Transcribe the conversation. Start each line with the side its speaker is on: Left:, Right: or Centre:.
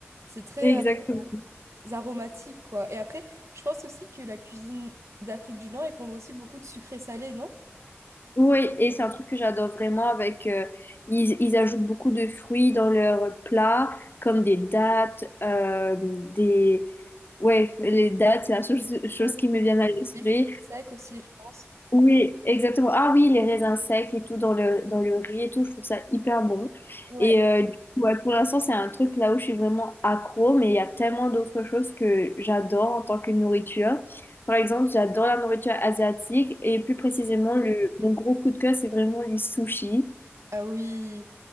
Right: C'est très
Left: Exactement.
Right: euh, aromatique quoi. Et après, je pense aussi que la cuisine d'Afrique du Nord, ils font aussi beaucoup de sucré salé, non?
Left: Oui, et c'est un truc que j'adore vraiment avec euh, ils, ils ajoutent beaucoup de fruits dans leurs plats, comme des dattes, euh, des ouais, les dattes, c'est la chose, chose
Right: Ouais.
Left: qui me vient à l'esprit.
Right: Les fruits secs aussi, je pense.
Left: Oui, exactement. Ah oui, les raisins secs et tout dans le, dans le riz et tout, je trouve ça hyper bon.
Right: Ouais.
Left: Et euh, du coup, ouais, pour l'instant, c'est un truc là où je suis vraiment accro, mais il y a tellement d'autres choses que j'adore en tant que nourriture. Par exemple, j'adore la nourriture asiatique et plus précisément, le, mon gros coup de cœur, c'est vraiment les sushis.
Right: Ah oui,